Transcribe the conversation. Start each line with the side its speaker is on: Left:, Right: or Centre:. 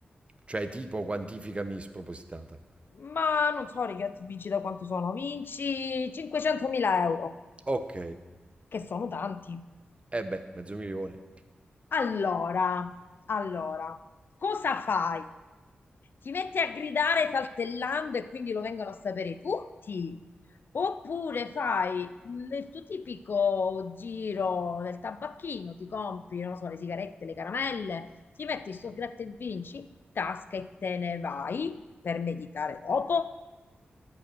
Right: cioè tipo quantificami spropositata.
Left: Ma non so, i gratta e vinci da quanto sono, vinci 500.000 euro,
Right: Ok,
Left: che sono tanti.
Right: e beh, mezzo milione.
Left: Allora, allora, cosa fai? ti metti a gridare saltellando e quindi lo vengono a sapere tutti. Oppure fai il tuo tipico giro del tabacchino, ti compri, non lo so, le sigarette, le caramelle, ti metti sto gratta e vinci in tasca e te ne vai per meditare dopo.